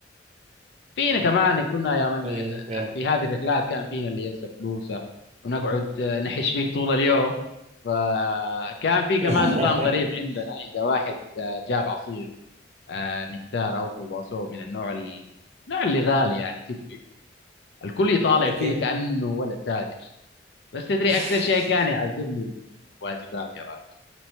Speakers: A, on the left; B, on the right.
A: فينا كمان كنا يا من
B: ايه فعلا
A: في هذه الرحلات كان فينا اللي ينسى فلوسه ونقعد نحش فيه طول اليوم فكان في كمان
B: <laughs>
A: نظام غريب عندنا إذا واحد جاب عصير آه، نكتار أو كرواسون من النوع ال- النوع اللي غالي يعني تدري الكل يطالع
B: اوكي
A: فيه كأنه ولا تاجر بس تدري
B: <laughs>
A: أكثر شيء كان يعذبني الواجبات يا راجل